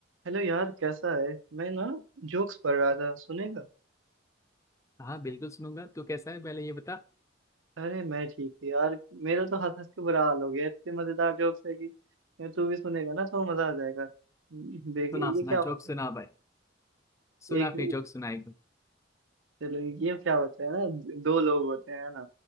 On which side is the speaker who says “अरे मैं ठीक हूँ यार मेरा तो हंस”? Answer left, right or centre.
Right